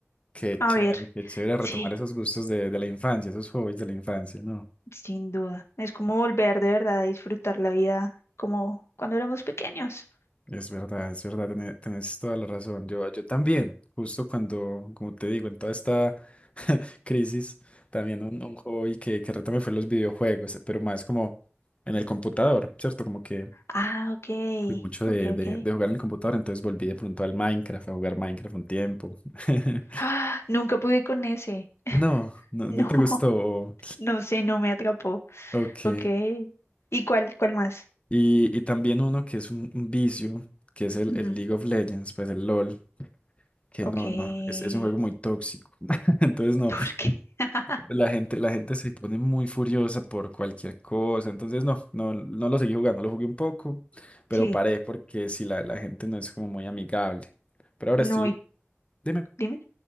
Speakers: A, on the left; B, on the left.
A: Qué
B: A
A: chévere,
B: ver,
A: qué chévere retomar
B: sí,
A: esos gustos de, de la infancia, esos hobbies de la infancia, ¿no?
B: sin duda. Es como volver de verdad a disfrutar la vida como cuando éramos pequeños.
A: Es verdad, es verdad, tené- tenés toda la razón. Yo, yo también, justo cuando, como te digo, en toda esta <laughs> crisis, también un, un hobby que, que retomé fue los videojuegos, pero más como en el computador, ¿cierto? Como que
B: Ah, ok,
A: fui mucho de,
B: ok,
A: de,
B: ok.
A: de jugar en el computador, entonces volví de pronto al Minecraft, a jugar Minecraft un tiempo. <laughs>
B: Ah, nunca pude con ese.
A: No, no,
B: No,
A: no te
B: <laughs>
A: gustó.
B: no sé, no me atrapó.
A: Ok.
B: Ok. ¿Y cuál, cuál más?
A: Y, y también uno que es un, un vicio, que es el,
B: Ujú,
A: el League of Legends, pues el LOL, que
B: Ok.
A: no,
B: <laughs>
A: no, es, es un juego muy tóxico. <laughs> Entonces no,
B: ¿Por qué? <laughs>
A: la gente, la gente se pone muy furiosa por cualquier cosa. Entonces no, no, no lo seguí jugando, lo jugué un poco, pero
B: Sí.
A: paré porque si la, la gente no es como muy amigable. Pero ahora
B: No,
A: estoy,
B: y
A: dime,
B: dime,